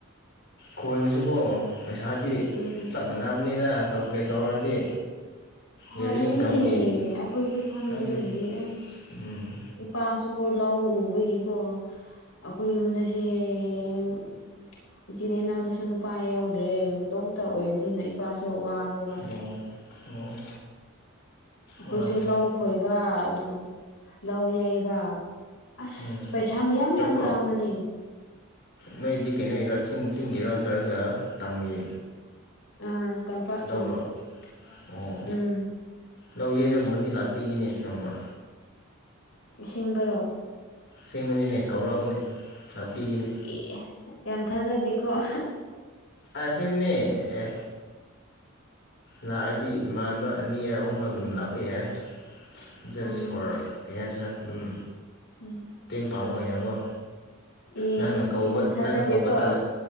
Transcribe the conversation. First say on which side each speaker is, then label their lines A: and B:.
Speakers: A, on the left (about 55°); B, on the left (about 70°).
A: ꯀꯣꯏꯕꯁꯨꯀꯣ ꯄꯩꯁꯥꯗꯤ
B: ꯎꯝ
A: ꯆꯞ ꯃꯥꯟꯅꯕꯅꯤꯅ ꯀꯥꯜꯀꯨꯂꯦꯠ ꯇꯧꯔꯗꯤ ꯗꯦꯂꯤ
B: ꯑꯗꯨꯅꯦ
A: ꯏꯟꯀꯝꯒꯤ
B: ꯑꯩꯈꯣꯏꯁꯨ ꯈꯪꯉꯦ
A: ꯈꯪꯗꯦ
B: ꯑꯗꯨꯕꯨꯗꯤ ꯑꯁ
A: ꯎꯝ
B: ꯏꯄꯥꯁꯨꯀꯣ ꯂꯧ ꯎꯕꯒꯤꯀꯣ ꯑꯩꯈꯣꯏ ꯌꯨꯝꯗꯁꯦ ꯑꯦꯝ ꯏꯆꯤꯟ ꯏꯅꯥꯎꯗꯨꯁꯨ ꯅꯨꯄꯥ ꯌꯥꯎꯗ꯭ꯔꯦ ꯃꯇꯣꯝꯇ ꯑꯣꯏꯕꯅꯤꯅ ꯏꯄꯥꯁꯨ ꯋꯥꯔꯦꯕ
A: ꯑꯣ ꯑꯣ
B: ꯑꯈꯣꯏꯁꯨ
A: ꯋꯥꯔꯝꯃꯅꯤ
B: ꯂꯧ ꯈꯣꯏꯕ ꯑꯗꯨ ꯂꯧ ꯌꯩꯕ ꯑꯁ
A: ꯎꯝ
B: ꯄꯩꯁꯥ ꯃꯌꯥꯝ ꯃꯌꯥꯝ
A: ꯆꯠꯄ꯭ꯔꯣ
B: ꯆꯪꯕꯅꯦ
A: ꯅꯣꯏꯗꯤ ꯀꯩꯅꯣꯒꯤꯔꯣ ꯆꯤꯡ ꯆꯤꯡꯒꯤꯔꯣ ꯅꯠꯇ꯭ꯔꯒ ꯇꯝꯒꯤ
B: ꯑꯥ ꯇꯝꯄꯥꯛꯀꯤꯅꯦ
A: ꯂꯧꯔꯣ ꯑꯣ
B: ꯎꯝ
A: ꯂꯧ ꯌꯩꯔꯒꯨꯝꯕꯗꯤ ꯂꯥꯛꯄꯤꯒꯦꯅꯦ ꯅꯣꯡꯃ
B: ꯑꯁꯦꯡꯕꯔꯣ
A: ꯁꯦꯡꯕꯅꯤꯅꯦ ꯀꯧꯔꯛꯎꯅꯦ ꯂꯥꯛꯄꯤꯒꯤꯅꯦ
B: ꯑꯦ ꯌꯥꯝ ꯊꯥꯖꯗꯤꯀꯣ <inaudible>
A: ꯑꯁꯦꯡꯕꯅꯦ ꯑꯦ ꯂꯥꯛꯑꯗꯤ ꯏꯃꯥꯟꯅꯕ ꯑꯅꯤꯔ ꯑꯍꯨꯝ ꯑꯗꯨꯝ ꯂꯥꯛꯄ ꯌꯥꯏ ꯖꯁ
B: ꯎꯝ
A: ꯐꯣꯔ ꯀꯩ ꯍꯥꯢꯁꯤꯔ ꯑꯗꯨꯝ
B: <inaudible>
A: <unintelligible> ꯑꯣꯏꯅꯀꯣ
B: ꯑꯦ
A: ꯅꯪꯅ ꯀꯧꯕ
B: ꯑꯦ ꯊꯥꯖꯗꯦꯀꯣ
A: ꯅꯪꯅ ꯀꯧꯕ ꯇꯥꯜꯂꯦ